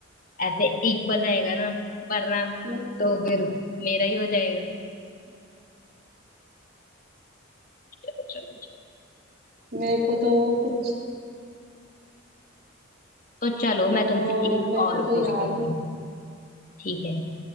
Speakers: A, on the left; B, on the right.
A: ऐसे इक्वल रहेगा ना वरना
B: मे-
A: तो फिर मेरा ही हो जाएगा चलो चलो चलो
B: मेरे को तो कुछ
A: तो चलो
B: अ,
A: मैं तुमसे एक
B: मेरे
A: और
B: को तो
A: पूछ
B: याद
A: लेती
B: नहीं
A: हूँ ठीक है